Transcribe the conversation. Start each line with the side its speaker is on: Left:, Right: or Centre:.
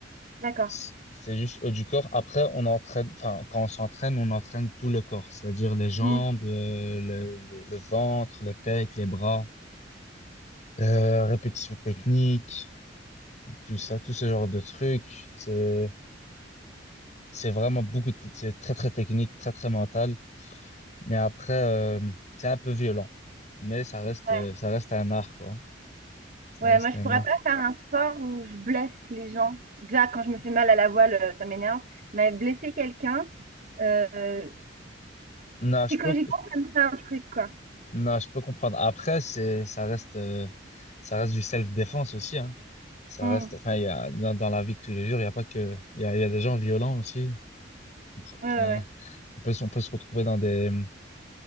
Right: D'accord.
Left: c- C'est juste haut du corps. Après, on entraîne, enfin, quand on s'entraîne, on entraîne tout le corps, c'est-à-dire les jambes,
Right: Hmm,
Left: euh, le, le- le ventre, les pecs, les bras, euh, répétition technique, tout ça, tout ce genre de trucs. C'est, c'est vraiment beaucoup, de- c'est très, très technique, très, très mental. Mais après, euh, c'est un peu violent. Mais ça reste,
Right: ouais.
Left: euh, ça reste un art, quoi. Ça
Right: Ouais,
Left: reste
Right: moi, je
Left: un
Right: pourrais
Left: art.
Right: pas faire un sport où je blesse les gens. Déjà, quand je me fais mal à la voile, euh, ça m'énerve. Mais blesser quelqu'un, euh,
Left: Non,
Right: psychologiquement,
Left: je peux,
Right: ça me fait un truc, quoi.
Left: Non, je peux comprendre. Après, c'est, ça reste, euh, ça reste du self-défense aussi, hein. Ça
Right: Hmm.
Left: reste, enfin, il y a, dans, dans la vie de tous les jours, il y a pas que, il y a, il y a des gens violents aussi.
Right: Ouais,
Left: Enfin,
Right: ouais, ouais.
Left: on peut, se- on peut se retrouver dans des,